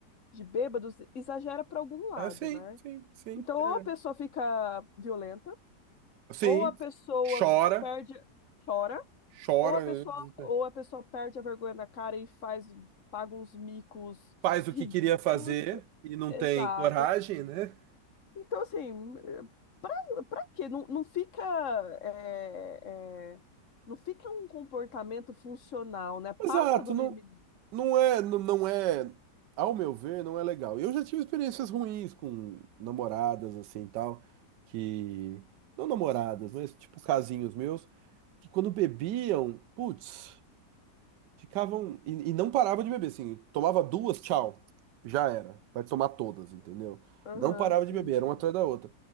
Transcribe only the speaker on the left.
de bêbados exagera para algum lado,
né?
Então,
ou a pessoa fica violenta,
ou a pessoa
perde, chora,
ou a pessoa,
ou a pessoa perde a vergonha na cara e faz, paga uns micos
ridículos.
Exato.
Então, assim, pra, pra quê? Não, não fica, é, é, não fica um comportamento funcional, né? Passa
do
limite.
Aham,
sim,
sim.